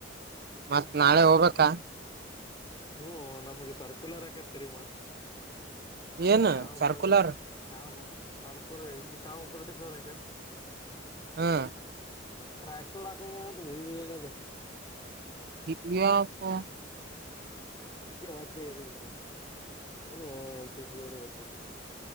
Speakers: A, on the right; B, on the left.
A: ಮತ್ತ್ ನಾಳೆ ಹೋಗ್ಬೇಕಾ.
B: ಹ್ಮ್ ನಮ್ಗೆ ಸರ್ಕುಲರ್ ಹಾಕಂತ ತಿರಿಗ್ ಮತ್.
A: ಏನು
B: ಸಾವ
A: ಸರ್ಕುಲರ್
B: ಪಡಿಸ ಸಾವು. ಸರ್ ಪುರ ಶವು ಪುರಟಿ ಸರ್ಕ್
A: ಹಾ
B: ಟ್ರ್ಯಾಕ್ ಸೂಟ್ ಹಾಕೊಂಬಾ ಅಂತ ಮುಂಜ್ಮುಂಜಾನೆ ಎದ್ದು.
A: ಇದ್ಯಾಪ್ಪ.
B: ಅದಕ್ಕೆೇ ವಜ್ಜ ಇದಿಗ್ ನೋಡ್. ಹಓ ಎನ್ಸ ಸಿ ಬ ಬಸ